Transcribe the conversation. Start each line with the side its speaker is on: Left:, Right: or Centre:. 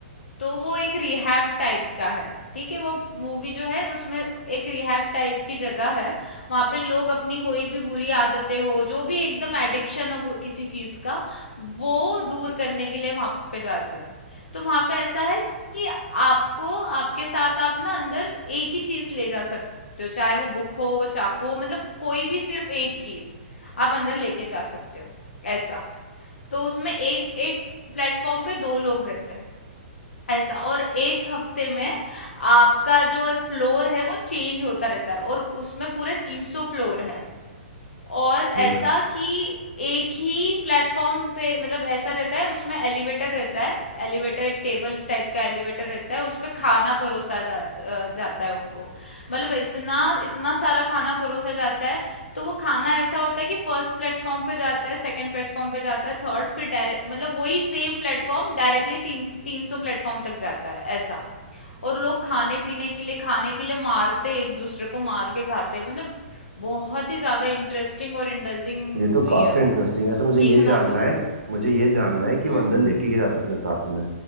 Left: तो वो एक रिहैब टाइप का है ठीक है वो मूवी जो है उसमें एक रिहैब टाइप की जगह है वहां पे लोग अपनी कोई भी बुरी आदतें हो जो भी एकदम एडिक्शन हो को- किसी चीज का वो दूर करने के लिए वहां पे जाते हैं तो वहां पे ऐसा है कि आपको आपके साथ आप ना अंदर एक ही चीज ले जा सकते हो चाहे वो बुक हो वो चाकू हो मतलब कोई भी सिर्फ एक चीज आप अंदर लेके जा सकते हो ऐसा तो उसमें एक एक प्लेटफॉर्म पे दो लोग रहते हैं ऐसा और एक हफ्ते में आपका जो फ्लोर है वो चेंज होता रहता है और उसमें पूरे तीन सौ फ्लोर है और
Right: ये
Left: ऐसा
Right: तो
Left: कि एक ही प्लेटफॉर्म पे मतलब ऐसा रहता है उसमें एलिवेटर रहता है एलिवेटर एक टेबल टाइप का एलिवेटर रहता है उस पे खाना परोसा जा, अ, जाता है उनको मतलब इतना इतना सारा खाना परोसा जाता है तो वो खाना ऐसा होता है कि फर्स्ट प्लेटफॉर्म पे जाता है सेकंड प्लेटफॉर्म पे जाता है थर्ड फिर डायरेक्ट मतलब वही सेम प्लेटफॉर्म डायरेक्टली तीन तीन सौ प्लेटफॉर्म तक जाता है ऐसा और लोग खाने पीने के लिए खाने के लिए मारते एक दूसरे को मार के खाते मतलब बहुत ही ज्यादा इंटरेस्टिंग और इंडल्जिंग
Right: ये
Left: मूवी
Right: तो काफी
Left: है
Right: इंटरेस्टिंग
Left: वो
Right: है ऐसे
Left: देखना
Right: मुझे ये जानना
Left: तुम
Right: है मुझे ये जानना है कि
Left: हाँ
Right: वो अंदर लेके क्या जाता है अपने साथ में